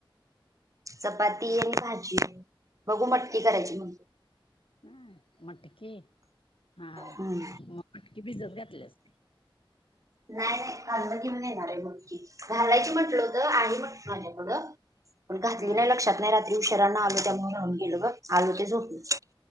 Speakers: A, on the right; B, on the left.
A: चपाती आणि भाजी आहे बघू मटकी करायची म्हणते.
B: नाय मटकी हा
A: हम्म.
B: म मटकी भिजत घातल्यास.
A: नाही नाही खाल्लं की मंग येणार आहे मोडकी घालायची म्हटलं होतं आई म्हटलो होतो आली मग माझ्याकडं. पण घातली
B: हा
A: नाही लक्षात नाही रात्री उशराांना आलो त्यामुळे राहून गेलो ब आलो ते झोपलं.